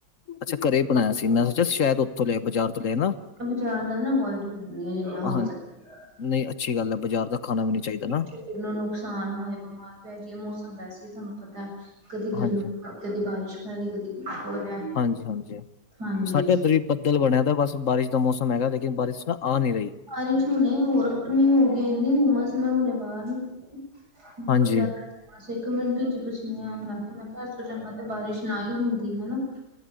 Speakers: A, on the left; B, on the right.
A: ਅੱਛਾ ਘਰੇ ਬਣਾਇਆ ਸੀ, ਮੈਂ ਸੋਚਿਆ ਸ਼ਾਇਦ ਉੱਥੋਂ ਲੈ ਆਇਓ ਬਾਜ਼ਾਰ ਤੋਂ ਨਾ।
B: ਬਜ਼ਾਰ ਦਾ ਨਾ ਅਵੋਇਡ ਹੀ ਕਰਨੀ ਆ, ਜਿੰਨਾ ਹੋ
A: ਹਾਂ
B: ਸਕੇ।
A: ਨਹੀਂ ਅੱਛੀ ਗੱਲ ਐ, ਬਜ਼ਾਰ ਦਾ ਖਾਣਾ ਵੀ ਨੀ ਚਾਹੀਦਾ ਨਾ।
B: ਸਰੀਰ ਨੂੰ ਨੁਕਸਾਨ ਹੋਇਆ ਬਿਮਾਰ ਪੈ ਜੀਏ, ਮੌਸਮ ਵੈਸੇ ਹੀ ਤੁਹਾਨੂੰ ਪਤਾ ਕਦੀ ਗਰਮੀ
A: ਹਾਂਜੀ
B: ਦਾ ਕਦੀ ਬਾਰਿਸ਼ ਪੈ ਗਈ, ਕਦੀ ਕੁਛ ਹੋ ਰਿਹਾ,
A: ਹਾਂਜੀ ਹਾਂਜੀ
B: ਹਾਂਜੀ।
A: ਸਾਡੇ ਇੱਧਰ ਵੀ ਬੱਦਲ ਬਣਿਆ ਤਾਂ ਬਸ ਬਾਰਿਸ਼ ਦਾ ਮੌਸਮ ਹੈਗਾ, ਲੇਕਿਨ ਬਾਰਿਸ਼ ਨਾ ਆ ਨੀ
B: ਬਾਰਿਸ਼ ਹੁਣੇ ਹੋਰ ਗਰਮੀ ਹੋ ਗਈ, ਇੰਨੀ ਹੁੰਮਸ ਮੈਂ ਹੁਨੇ ਬਾਹਰ ਬਹੁਤ
A: ਹਾਂਜੀ
B: ਜ਼ਾਦਾ ਹੁੰਮਸ, ਇੱਕ ਮਿੰਟ ਚ ਪਸੀਨੇ ਆਣ ਲੱਗ ਗੇ। ਮੈਂ ਕਿਹਾ ਏਸ ਤੋਂ ਚੰਗਾ ਤੇ ਬਾਰਿਸ਼ ਨਾ ਈ ਹੁੰਦੀ ਹਨਾ।